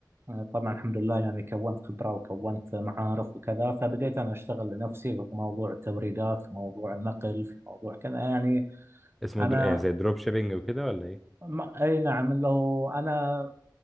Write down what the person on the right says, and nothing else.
آه، طبعا الحمد لله يعني كونت خبرة وكونت معارف وكذا فبديت أنا أشتغل لنفسي في موضوع التوريدات في موضوع النقل في موضوع كذا يعني
أنا
ما أي نعم لو أنا